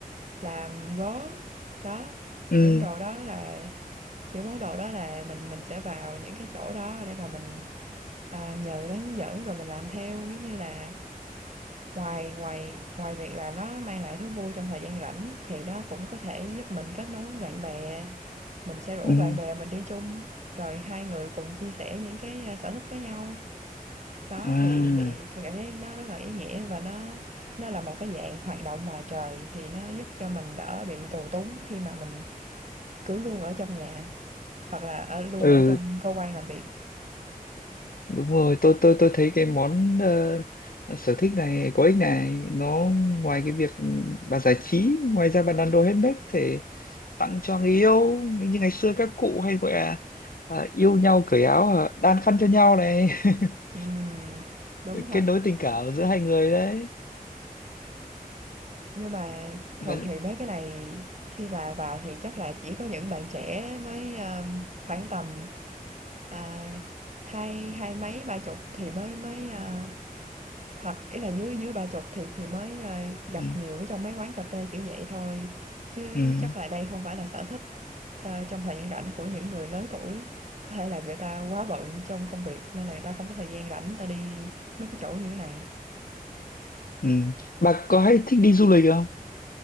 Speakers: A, on the right; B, on the left.
A: làm gốm, đó,
B: ừ
A: những đồ đó là những món đồ đó là mình mình sẽ vào những cái chỗ đó để mà mình, à, nhờ người ta hướng dẫn rồi mình làm theo, giống như là Ngoài ngoài ngoài việc là nó mang lại thú vui trong thời gian rảnh thì nó cũng có thể giúp mình kết nối với bạn bè, mình sẽ rủ
B: ừ
A: bạn bè mình đi chung, rồi hai người cùng chia sẻ những cái, à, sở thích với nhau. Đó,
B: à
A: thì thì tôi cảm thấy nó rất là ý nghĩa và nó nó là một cái dạng hoạt động ngoài trời thì nó giúp cho mình đỡ bị tù túng khi mà mình cứ luôn ở trong nhà, hoặc là ở luôn
B: ừ
A: ở trong cơ quan làm việc.
B: đúng rồi tôi tôi tôi thấy cái món ờ, sở thích này có ích này nó ngoài cái việc ừ, bà giải trí ngoài ra bà làm đồ handmade thể tặng cho người yêu như ngày xưa các cụ hay gọi là à, yêu nhau cởi áo à, đan khăn cho nhau này <laughs>
A: Ừm, đúng thật.
B: kết nối tình cảm giữa hai người đấy
A: Nhưng mà thường
B: và
A: thì mấy cái này khi mà vào thì chắc là chỉ có những bạn trẻ mới, ơ, khoảng tầm, à, hai hai mấy, ba chục thì mới mới, a hoặc ý là dưới dưới ba chục thì thì mới, ơ, gặp
B: ừ,
A: nhiều ở trong mấy quán cà phê kiểu vậy thôi, chứ
B: ừ,
A: chắc là đây không phải là sở thích th trong thời gian rảnh của những người lớn tuổi. Có thể là người ta quá bận trong công việc nên là người ta không có thời gian rảnh người ta đi mấy cái chỗ như thế này.
B: ừ. bà có hay thích đi du lịch không